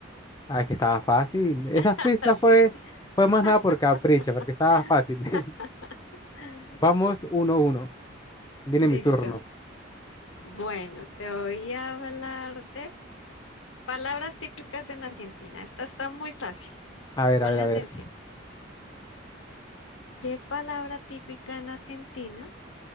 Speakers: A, on the left; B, on the left.
A: Ah, es que estaba fácil. Esas
B: <laughs>
A: pistas fue,
B: Sí.
A: fue más
B: <laughs>
A: nada por capricho, porque estaba fácil. <laughs> Vamos uno a uno. Viene
B: Listo.
A: mi turno.
B: Bueno, te voy a hablar de palabras típicas en Argentina. Esta está muy fácil.
A: A ver,
B: Ponle
A: a ver, a
B: atención.
A: ver.
B: ¿Qué palabra típica en Argentina